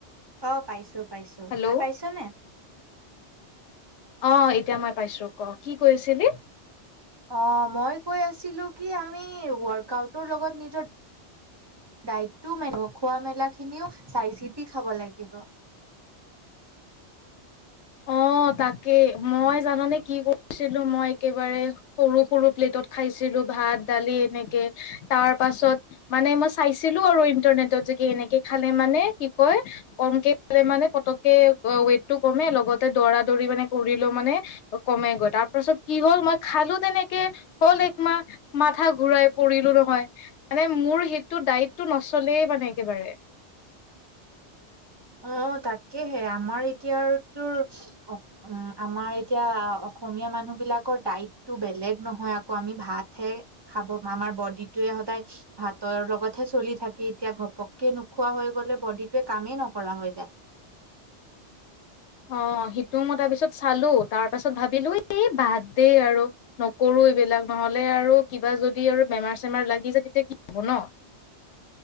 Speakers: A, on the right (about 25°); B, on the left (about 80°).
A: অ', পাইছো। পাইছো,
B: হেল্ল'
A: তই পাইছ নে?
B: অ', এতিয়া মই পাইছো ক' কি কৈ আছিলি?
A: অ', মই কৈ আছিলো কি আমি ৱৰ্কউটৰ লগত নিজৰ ডাইটটো খোৱা মেলা খিনিাইিতি খাব লাগিব।
B: অ', তাকে মই জানানে কি কৰিছিলো মই একেবাৰে সৰু সৰু প্লেটত খাইছিলো ভাত, দালি এনেকে তাৰ পাছত মানে মই চাইছিলো আৰু ইণ্টাৰনেটত যে কি এনেকে খালে মানে কি কয় কমকে খালে মানে পতককে ৱেইটটো কমে লগ গতে দৌৰা দৌৰি মানে কৰিলো মানে কমে গৈ তাৰ পাছত কি হ'ল মই খালো তেনেকে হ'ল একমাহ মাথা ঘূৰাই পৰিলোঁ নহয় মানে মোৰ সেইটো ডায়িতটো নচলেই মানে একেবাৰে।
A: অ', তাকেহে আমাৰ এতিয়াৰ তোৰ উ আমাৰ এতিয়া অসমীয়া মানুহ বিলাকৰ ডাইটটো বেলেগ নহয় আকৌ আমি ভাতহে খাব আমাৰ বডিটয়ে সদায় ভাতৰ লগতহে চলি থাকে এতিয়া ঘপককে নোখোৱা হৈ গ'লে বডিটোৱে কামেই নক কৰা হৈ যায়।
B: অ', সেইটোও মই তাৰপিছত চালো তাৰপাছত ভাবিলো এই বাদ দে আৰু নকৰো এইবিলাক নহ'লে আৰু কিবা যদি আৰু বেমাৰ চেমাৰ লাগি যায় তেতিয়া কি হ'ব ন'।